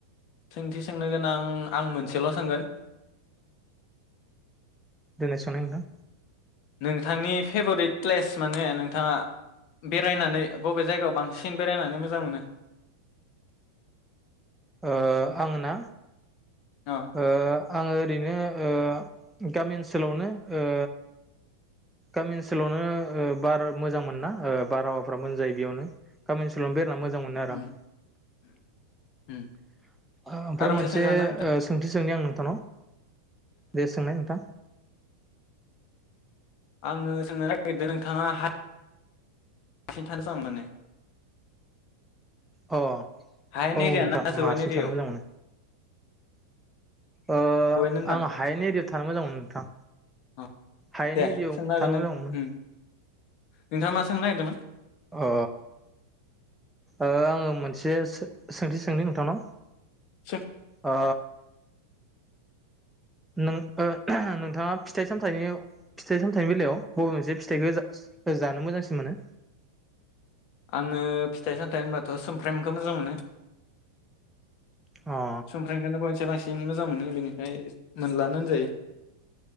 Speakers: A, on the left (about 45°); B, in the centre.
A: सोंथि सोंनो गोनां आं मोनसेल' सोंगोन।
B: देनाय सोंनाय नोंथां।
A: नोंथांनि फेभरिट प्लेस माने नोंथाङा बेरायनानै बबे जायगायाव बांसिन बेरायनानै मोजां मोनो?
B: ओ आङो ना?
A: अ
B: ओ आङो ओरैनो ओ गामि ओनसोलावनो ओ गामि ओनसोलावनो ओ बार मोजां मोनोना ओ बारहावाफ्रा मोजां जायो बेयावनो गामि ओनसोलावनो बेर मोजां मोनो आरो
A: उम
B: आं।
A: उम
B: आमफ्राय
A: आरो
B: मोनसे
A: सोंजागोन ना नोंथां
B: ओ सोंथि सोंनि आं नों नोंथांनाव दे सोंनाय नोंथां।
A: आङो सोंनो नागिरदों नोंथाङा हा हारसिं थानो <unintelligible> माने?
B: अ
A: हायेन
B: औ
A: एरिया
B: नोंथां
A: ना
B: आं
A: जौवेन
B: हारसिं
A: एरिया
B: थानो
A: आव?
B: मोजां मोनो ओ
A: होनदां
B: आं हायेन एरियायाव थानो मोजां मोनो नोंथां।
A: अ
B: हायेन
A: दे
B: एरियायाव
A: सोंनो हागोन
B: थानो
A: नों
B: मोजां मोनो।
A: उम नोंथाङा मा सोंनो नागिरदोंमोन
B: अ, ओ आङो मोन से सोंथि सोंनि नोंथांनाव।
A: सों।
B: ओ नों नों थाङा फिथाइ सामथनि फिथाइ सामथाइनि बेलायाव बबे मोनसे फिथाइखौ जानो मोजांसिन मोनो?
A: आङो फिथाइ सामथायाइ होनबाथ सुमफ्रेमखौ मोजां मोनो।
B: अ
A: सुमफ्रेमखौनो बयनिफ्राय बांसिन मोजां मोनो। बेनिफ्राय मोनलानो होनजायो।